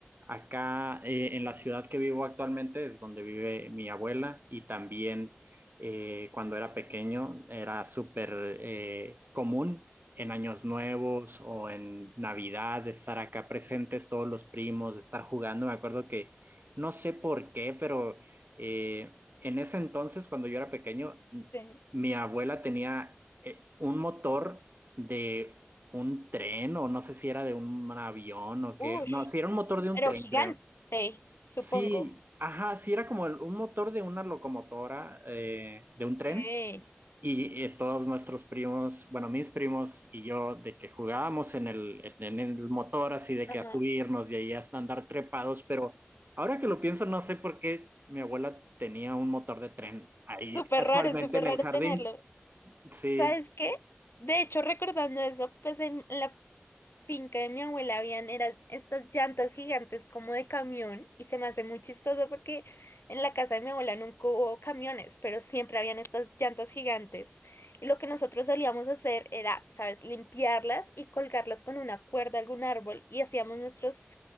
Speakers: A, on the right; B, on the left.
A: acá eh, en la ciudad que vivo actualmente es donde vive mi abuela y también eh, cuando era pequeño era súper eh, común en años nuevos o en Navidad estar acá presentes todos los primos, estar jugando. Me acuerdo que no sé por qué, pero eh, en ese entonces, cuando yo era pequeño,
B: Sí.
A: mi abuela tenía eh, un motor de un tren o no sé si era de un avión o qué.
B: Ush,
A: No, sí era un motor de un
B: pero
A: tren,
B: gigante,
A: creo.
B: supongo.
A: Sí, ajá, sí era como el- un motor de una locomotora, eh, de un tren.
B: Okay.
A: Y eh, todos nuestros primos, bueno, mis primos y yo, de que jugábamos en el, en, en el motor, así de
B: Ajá.
A: que a subirnos y ahí hasta andar trepados, pero ahora que lo pienso, no sé por qué mi abuela tenía un motor de tren ahí
B: Súper
A: casualmente
B: raro, súper
A: en
B: raro
A: el jardín.
B: tenerlo.
A: Sí,
B: ¿Sabes qué? De hecho, recordando eso, pues en la finca de mi abuela habían eran estas llantas gigantes como de camión y se me hace muy chistoso porque en la casa de mi abuela nunca hubo camiones, pero siempre habían estas llantas gigantes. Y lo que nosotros solíamos hacer era, ¿sabes?, limpiarlas y colgarlas con una cuerda a algún árbol y hacíamos nuestros